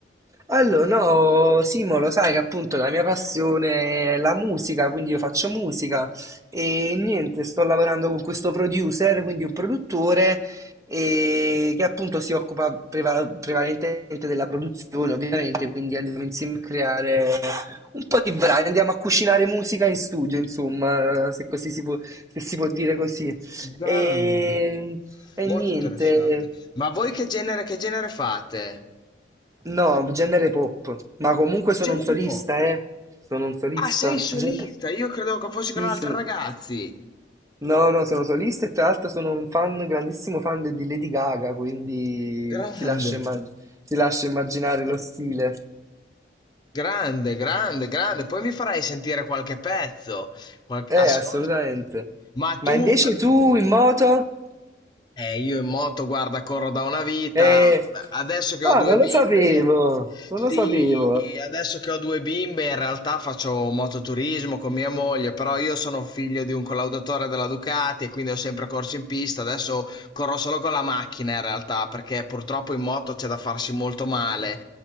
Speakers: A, on the right; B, on the left.
A: Allora, no, Simo, lo sai che appunto la mia passione è la musica, quindi io faccio musica e niente, sto lavorando con questo producer, quindi un produttore e che appunto si occupa preva- prevalentemente della produzione, ovviamente, quindi andiamo insieme a creare un po' di brani, andiamo a cucinare musica in studio, insomma, se così si può, se si può dire così.
B: Grande,
A: E, e
B: molto
A: niente.
B: interessante. Ma voi che genere, che genere fate?
A: No, genere pop, ma comunque sono
B: Genere
A: un solista,
B: pop.
A: eh. Sono un solista.
B: Ah, sei solista?
A: Gen-
B: Io credevo che fossi con
A: Sì,
B: altri
A: sì.
B: ragazzi.
A: No, no, sono solista e tra l'altro sono un fan, grandissimo fan de- di Lady Gaga, quindi
B: Grande,
A: ti lascio, imma- ti lascio immaginare lo stile.
B: grande, grande, grande. Poi mi farai sentire qualche pezzo. Qualche...
A: Eh,
B: Ascolta.
A: assolutamente.
B: Ma tu...
A: Ma invece tu in moto?
B: Eh, io in moto, guarda, corro da una vita.
A: Eh,
B: Adesso che
A: ah,
B: ho due
A: non
B: bimbe,
A: lo sapevo, non
B: sì,
A: lo sapevo.
B: adesso che ho due bimbe, in realtà faccio mototurismo con mia moglie, però io sono figlio di un collaudatore della Ducati e quindi ho sempre corso in pista. Adesso corro solo con la macchina in realtà, perché purtroppo in moto c'è da farsi molto male